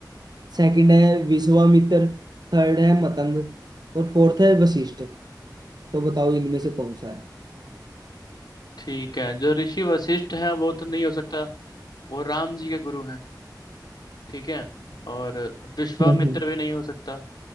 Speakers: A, on the right; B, on the left.
A: सेकंड है विश्वामित्र थर्ड है मतंग और फोर्थ है वशिष्ठ तो बताओ इनमें से कौन सा है
B: ठीक है जो ऋषि वशिष्ठ हैं वो तो नहीं हो सकता वो राम जी के गुरु हैं ठीक है और विश्वामित्र
A: हम्म,
B: भी नहीं हो सकता